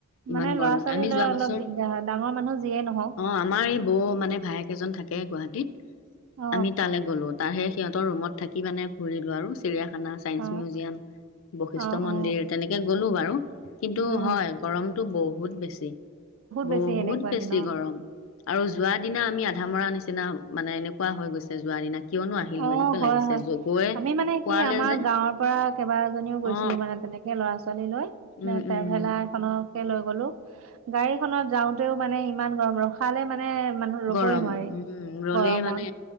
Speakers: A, on the left; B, on the right.
A: ইমান
B: মানে
A: গৰমত
B: ল'ৰা ছোৱালী
A: আমি
B: লৈ
A: যোৱা
B: অলপ
A: বছৰ
B: দিগদাৰ হয়। ডাঙৰ মানুহ যিয়েই নহওঁক।
A: অ', আমাৰ বৌ মানে ভায়েক এজন থাকে গুৱাহাটীত।
B: অ
A: আমি তালৈ গ'লো। তাৰ হেই সিহঁতৰ ৰুমত থাকি মানে ফুৰিলো আৰু চ চিৰিয়াখানা, চাইন্স
B: অ
A: মিউজিয়াম, বৈশিষ্ট
B: অ
A: মন্দিৰ
B: অ
A: তেনেকে গ'লো বাৰু। কিন্তু
B: উম
A: হয়, গৰমতটো বহুত বেছি।
B: বেছি
A: বহুত
B: এনেকুৱা
A: বেছি
B: দিনত
A: গৰম। আৰু যোৱা দিনা আমি আধা মৰা নিচিনা মানে এনেকুৱা হৈ গৈছে যোৱাৰ দিনা। কিয়নো আহিলো
B: অ',
A: এনেকুৱা
B: হয়,
A: লাগিছে
B: হয়।
A: গৈ
B: আমি মানে
A: পোৱালে
B: কি আমাৰ
A: যে
B: গাঁৱৰ পৰা কেইবাজীও গৈছিলো
A: অ
B: মানে তে এনেকে ল'ৰা ছোৱালী লৈ।
A: উম
B: এ ট্ৰেভেলাৰ
A: উম
B: এখনত লৈ গ'লো। গাড়ীখনত যাওঁতেও মানে ইমান গৰম। ৰখালে মানে মানে মানুহ ৰবই
A: গৰম
B: নোৱাৰি
A: উম ৰলেই
B: গৰমত।
A: মানে